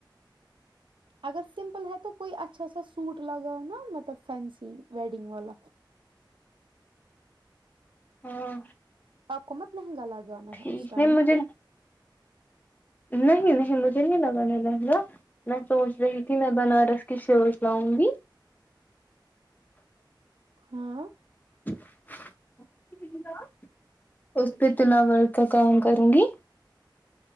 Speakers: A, on the right; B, on the left.
A: اگر سمپل ہے تو کوئی اچھا سا سوٹ لگانا مطلب فینسی ویڈنگ والا
B: ہاں
A: آپ کو مت میں گا لگانا
B: ٹھیک
A: ہے اس ٹائم
B: نہیں مجھے نہیں نہیں مجھے نہیں لگانا لہنگا میں سوچ رہی تھی میں بنارس کی شرز لاؤں گی
A: ہاں
B: <inaudible> اس پہ تلاورک کا کام کروں گی